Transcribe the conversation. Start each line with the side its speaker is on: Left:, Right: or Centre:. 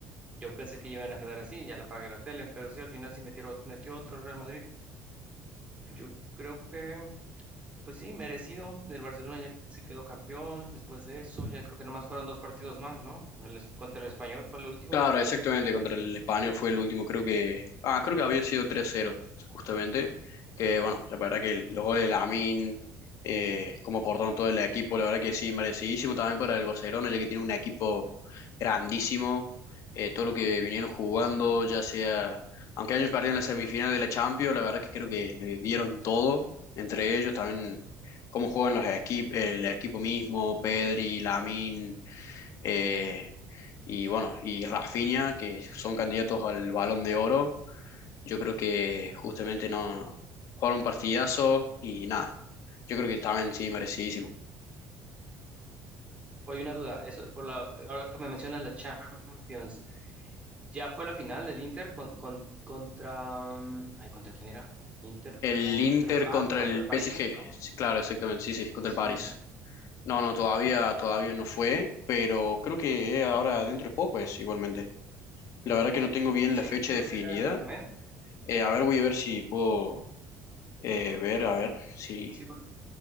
Right: Yo pensé que iban a quedar así, ya la apagué la tele, pero sí al final sí metieron, metió otro el Real Madrid. Yo creo que Pues sí, merecido. El Barcelona ya sí quedó campeón después de eso. Ya creo que nomás fueron dos partidos más, ¿no? El es- contra el Español fue el último.
Left: Claro, exactamente, contra el España fue el último, creo que, ah, creo que había sido tres cero, justamente, que bueno, la verdad que el- los goles de Lamin, eh, cómo aportaron todo el equipo, la verdad que sí, merecidísimo también para el Barcelona, ya que tiene un equipo grandísimo, eh, todo lo que vinieron jugando, ya sea, aunque hayan perdido en la semifinal de la Champions, la verdad que creo que le dieron todo, entre ellos también cómo juegan los equipos, el equipo mismo, Pedri, Lamin eh, y bueno, y Rafinha, que son candidatos al Balón de Oro. Yo creo que justamente no jugaron un partidazo y nada. Yo creo que también sí merecidísimo.
Right: Hay una duda. Eso, por la, ahora que me mencionas la Champions, ¿ya fue la final del Inter con, con- contra... mm, Ay, ¿contra quién era? Inter
Left: El
Right: contra...
Left: Inter
Right: Ah,
Left: contra
Right: pues contra
Left: el
Right: el París,
Left: PSG.
Right: ¿no?
Left: Sí, claro, exactamente. Sí, sí, contra
Right: Sí,
Left: el París. No, no, todavía, todavía no fue, pero creo que eh, ahora dentro de poco es igualmente. La verdad que no tengo bien
Right: sí,
Left: la fecha
Right: creo
Left: definida.
Right: que era este mes.
Left: Eh, a ver, voy a ver si puedo eh, ver, a ver si.
Right: Sí, por-